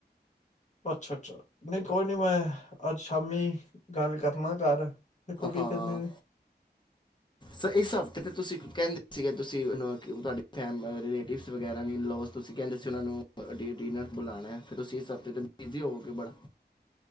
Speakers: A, on the left (about 45°); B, on the left (about 25°).
A: ਅੱਛਾ- ਅੱਛਾ ਨਹੀਂ ਕੋਈ ਨੀ ''ਮੈਂ''ਅੱਜ ਸ਼ਾਮੀ ਗੱਲ ਕਰਨਾ ਘਰ। ਦੇਖੋ ਕੀ
B: ਹਾਂ।
A: ਕਹਿੰਦੇ ਨੇ
B: ਤੇ ਇਹ ਸਭ ਅਤੇ ਤੁਸੀਂ ਕਹਿੰਦੇ ਸੀਗੇ, ਤੁਸੀਂ ਤੁਹਾਡੇ ਫੈਮ ਰਿਲੇਟਿਵਸ ਵਗੈਰਾ ਲੌ ਤੁਸੀਂ ਕਹਿੰਦੇ ਸੀ, ਉਹਨਾਂ ਨੂੰ ਡ ਡਿਨਰ ਬੁਲਾਉਣਾ, ਫਿਰ ਤੁਸੀਂ ਇਸ ਹਫ਼ਤੇ ' ਬਿਜ਼ੀ ਹੋਵੋਗੇ ਬੜਾ